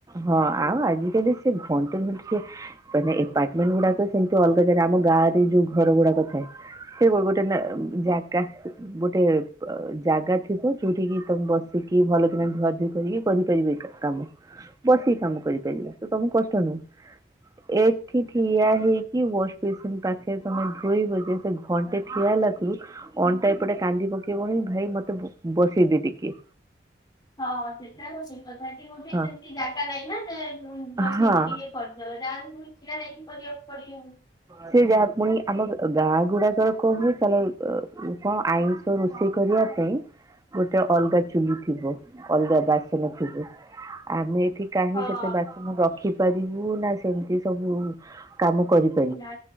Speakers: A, on the right; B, on the left.
A: ହଁ ଆଉ ଆଜିକାଲି ସେ ଘଣ୍ଟେ ଘଣ୍ଟ ସେ ମାନେ ପାର୍ଟନରଗୁଡାକ ସେମ ତ ଅଲଗା ଜାଗା ଆମ ଗାଁ ରେ ଯୋଉ ଘର ଗୁଡାକ ଥାଏ ସେ ଗୋଟେ ନା ଜାଗା ଗୋଟେ ପ ଜାଗା ଥିବ ଯୋଉଠିକି ତମେ ବସିକି ଭଲ କିିନା ଧୁଆଧୁଇ କରିକି କରିପାରିବେ ଏକା। କାମ ବସି କାମ କରିପାରିବା ତ ତମକୁ କଷ୍ଟ ନୁହୁଁ ଏଠି ଠିଆ ହେଇ କି ୱାଶ ବେସିନ୍ ପାଖେରେ ତମେ ଧୋଇବ ଯେ ସେ ଘଣ୍ଟେ ଠିଆ ହେଲାକୁରୁ ଅଣ୍ଟା ଏପଟେ କାନ୍ଦି ପକେଇବଣି ଭାଇ ମତେ ବସେଇଦେ ଟିକେ।
B: ହଁ ହଁ ସେଟା ତ ଠିକ କଥା ଟିକେ ବସିକି
A: ହଁ
B: ସେମିତି ଜାଗା ନାହିଁ ନା ଏଁ ବସିକି
A: ହଁ
B: ଟିକେ କରିସାର ଯାହେଲେ ତମେ ଛିଡା ହେଇକି କରିବାକୁ ପଡିବ ଆଉ।
A: ସେ ଯାହା ପୁଣି ଆମ ଗାଁ ଗୁଡାକର କ ତାଲେ କଣ ଆଇଁଷ ରୋଷେଇ କରିବା ପାଇଁ ଗୋଟେ ଅଲଗା ଚୁଲି ଥିବ ଅଲଗା ବାସନ ଥିବ ଆମେ ଏଠି କାହିଁକି
B: ହଁ।
A: ସେତେ ବାସନ ରଖିପାରିବୁ ନା ସେମିତି ସବୁ କାମ କରିବୁ।
B: ନାଁ